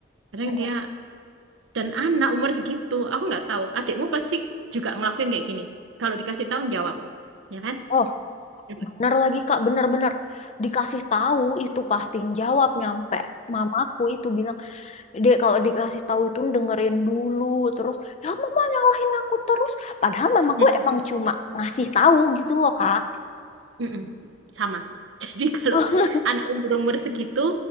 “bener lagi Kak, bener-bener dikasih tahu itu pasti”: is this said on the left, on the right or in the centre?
Left